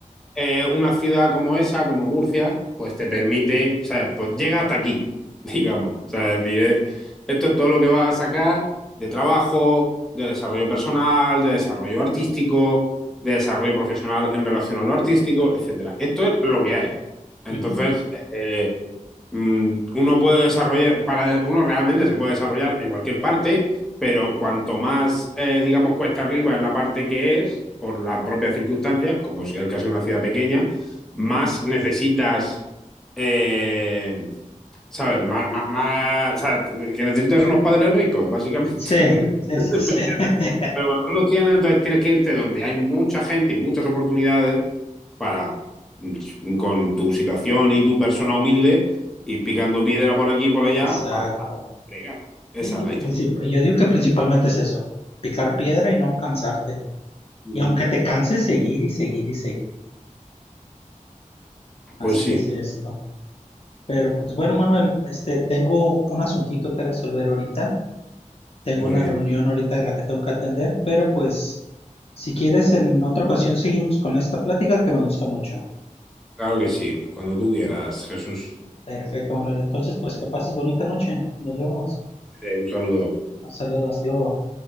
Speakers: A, in the centre; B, on the left.
A: eh, una ciudad como esa, como Murcia, pues te permite, ¿sabes? Pues llega hasta aquí, <laughs> digamos. O sea, es decir, eh, esto es todo lo que vas a sacar de trabajo, de desarrollo personal, de desarrollo artístico, de desarrollo profesional en relación a lo artístico, etcétera. Esto es lo que hay. Entonces,
B: Ujú.
A: eh, Mm, uno puede desarrollar, para, uno realmente se puede desarrollar en cualquier parte, pero cuanto más, eh, digamos, cuesta arriba en la parte que es, por la propia circunstancia, como es el caso de una ciudad pequeña, más necesitas, eh, ¿sabes? Más, más, más- o sea, que necesitas unos padres ricos, básicamente.
B: sí,
A: <laughs> ¿Me
B: sí, sí. sí.
A: entiendes?
B: <laughs>
A: Pero cuando no los tienes, entonces tienes que irte donde hay mucha gente y muchas oportunidades para mm, con tu situación y tu persona humilde ir picando piedra por aquí y por allá
B: Exacto.
A: hasta fregar. Esa
B: Sí,
A: es la historia.
B: princip- yo digo que principalmente es eso, picar piedra y no cansarte.
A: Mm,
B: Y aunque te canses, seguir y seguir y seguir. Así
A: Pues sí,
B: es esto. Pero pues bueno, Manuel, este, tengo un asuntito que resolver ahorita. Tengo
A: muy
B: una
A: bien.
B: reunión ahorita de la que tengo que atender, pero pues si quieres en otra ocasión seguimos con esta plática que me gustó mucho.
A: Claro que sí, cuando tú quieras, Jesús.
B: Perfecto, Manuel. Entonces, pues que pases bonita noche. Nos vemos.
A: Eh, Un saludo.
B: Saludos, hasta luego.